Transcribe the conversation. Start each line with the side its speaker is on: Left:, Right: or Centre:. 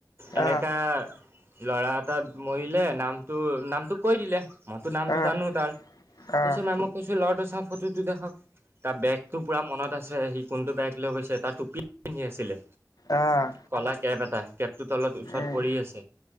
Right: এনেকে
Left: আহ
Right: ল'ৰা এটাত মৰিলে, নামটো নামটো কৈ দিলে। মইতো নামটো
Left: আহ
Right: জানো তাৰ,
Left: আহ
Right: তাৰপিছত মেমক কৈছো ল'ৰাটো চাওঁ ফটোটো দেখাওক তাৰ বেগটো পুৰা মনত আছে সি কোনটো বেগ লৈ গৈছে তাৰ টোপি পিন্ধি আছিলে
Left: আহ
Right: কলা কেপ এটা, কেপটোৰ তলত ওচৰত
Left: উম
Right: পৰি আছে